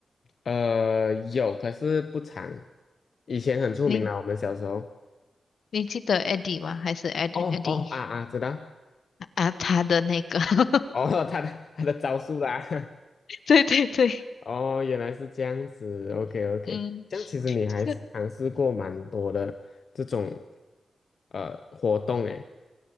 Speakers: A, on the left (about 55°); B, on the left (about 75°).
A: 呃，有，可是不长。以前很出名啦，
B: 你
A: 我们小时候。
B: 你记得 Eddie 吗？还是 Ed
A: 哦哦啊啊，
B: Eddie
A: 知道。
B: 啊？他的那个，<laughs>
A: 哦，<laughs> 他的他的招数啦。<laughs>
B: 对对对，
A: 哦，原来是这样子。OK OK，
B: 嗯，
A: 这样其实你还是尝试过蛮多的这种
B: 是，
A: 呃活动诶。